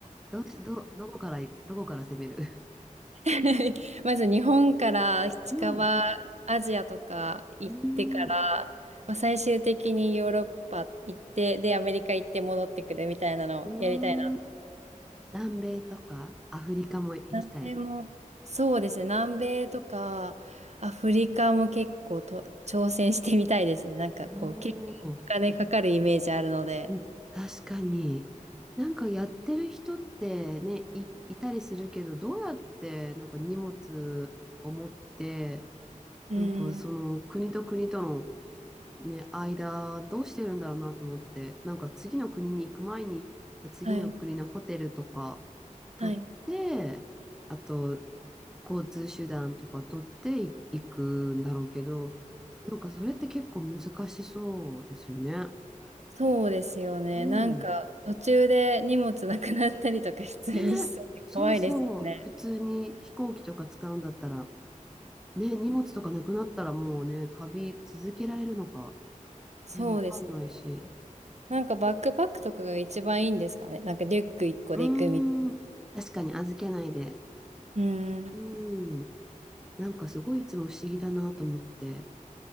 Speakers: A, in the centre; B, on the right.
A: どうし、ど、どこからい、どこから攻める
B: <laughs> まず日本から近場、
A: うん。
B: アジアとか行ってから、
A: うん。
B: まあ、最終的にヨーロッパ行って、で、アメリカ行って戻ってくるみたいなのをやりたいな。
A: うん。南米とかアフリカも行きたい。
B: 南米も、そうですね。南米とか、アフリカも結構と挑戦してみたいですね。なんかこう、
A: お
B: 結構お金かかるイメージあるので。
A: お。うん。確かに。なんかやってる人ってね、い、いたりするけど、どうやってなんか荷物を持って、
B: うん。
A: なんかその国と国とのね、間どうしてるんだろうなと思って、なんか次の国に行く前に、次の国のホテルとか
B: はい。
A: 取って、
B: はい。
A: あと交通手段とか取ってい行くんだろうけど、なんかそれって結構難しそうですよね。
B: そうですよね。
A: うん。
B: なんか、途中で荷物なくなったりとか普通にしそうで怖いですよね。
A: ね、そうそう。普通に飛行機とか使うんだったら、ね、荷物とかなくなったらもうね、旅続けられるのか、
B: そうです。
A: ね、わかんないし。
B: なんかバックパックとかが一番いいんですかね。なんかリュック一個で行くみたい
A: うーん、確かに預けないで。
B: な。うーん。
A: うーん、なんかすごいいつも不思議だなと思って。